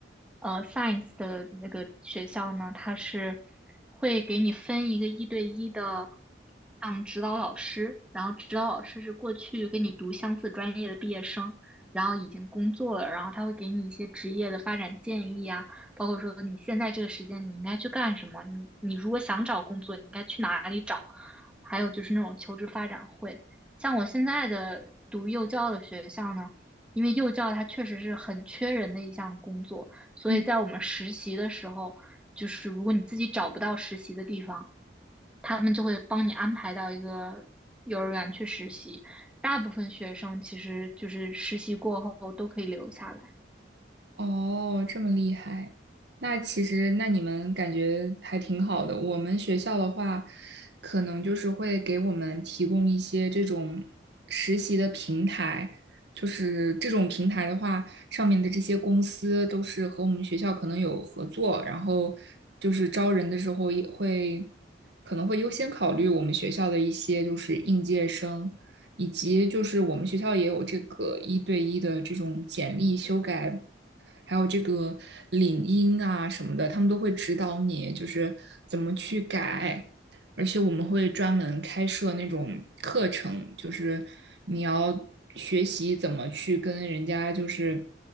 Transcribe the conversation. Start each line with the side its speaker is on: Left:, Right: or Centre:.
Centre: 呃，science 的那个学校呢，它是会给你分一个一对一的，像指导老师，然后指导老师是过去跟你读相似专业的毕业生，然后已经工作了，然后他会给你一些职业的发展建议啊。包括说你现在这个时间你应该去干什么，你你如果想找工作，你应该去哪里找，还有就是那种求职发展会。像我现在的读幼教的学校呢，因为幼教它确实是很缺人的一项工作，所以在我们实习的时候，
Right: 嗯。
Centre: 就是如果你自己找不到实习的地方，他们就会帮你安排到一个幼儿园去实习。大部分学生其实就是实习过后都可以留下来。
Right: 哦，这么厉害，那其实那你们感觉还挺好的。我们学校的话，可能就是会给我们提供一些这种实习的平台，就是这种平台的话，上面的这些公司都是和我们学校可能有合作，然后就是招人的时候也会可能会优先考虑我们学校的一些就是应届生。以及就是我们学校也有这个一对一的这种简历修改，还有这个领英啊什么的，他们都会指导你就是怎么去改，而且我们会专门开设那种课程，就是你要学习怎么去跟人家就是